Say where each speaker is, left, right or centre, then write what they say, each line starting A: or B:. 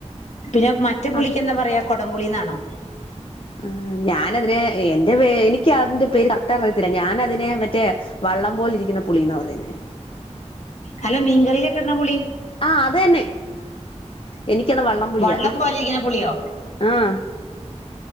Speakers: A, on the left (about 70°); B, on the left (about 50°).
A: പിന്നെ മറ്റേ പുളിക്ക്
B: ആഹ്
A: എന്താ പറയാ കൊടംപുളിന്നാണോ?
B: ആ ഞാനതിനെ എന്റെ പേ എനിക്ക് അതിന്റെ പേര് കറക്റ്റ് അറിയത്തില്ല ഞാനതിനെ മറ്റേ വള്ളം പോലിരിക്കുന്ന പുളിന്നാ പറയുന്നേ.
A: അല്ല മീൻകറിയിലൊക്കെ ഇടുന്ന പുളി.
B: ആഹ അത് തന്നെ എനിക്കത് വള്ളംപുളിയാ
A: വള്ളം പോലെ ഇരിക്കുന്ന പുളിയോ
B: ആഹ